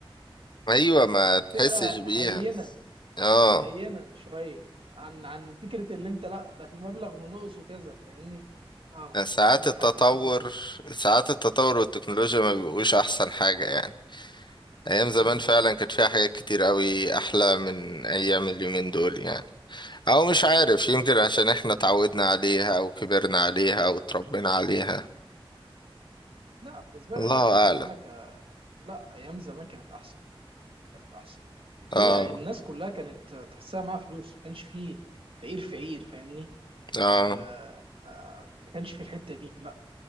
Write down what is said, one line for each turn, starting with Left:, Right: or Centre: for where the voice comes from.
Left: ايوه ما
Right: فبتبقى
Left: تحسش بيها
Right: هينه
Left: اه
Right: هينه شويه عن عن فكره اللي انت لا ده في مبلغ ونقص وكذا فاهمني اه
Left: ساعات
Right: عندك
Left: التطور
Right: حق في الحته دي
Left: ساعات التطور والتكنولوجيا ما بيبقوش احسن حاجة يعني ايام زمان
Right: مم.
Left: فعلا كانت فيها حاجات كتير قوي احلى من ايام اليومين دول يعني او مش عارف يمكن
Right: طب
Left: عشان احنا اتعودنا عليها او كبرنا عليها او اتربينا عليها
Right: لا بالنسبه
Left: الله
Right: لي حتى انا
Left: اعلم
Right: ك لا ايام زمان كانت احسن كانت احسن دينا
Left: اه
Right: الناس كلها كانت تحسها معاها فلوس ما كانش فيه فقير فقير فاهمني
Left: اه
Right: آه آه ما كانش في الحته دي لا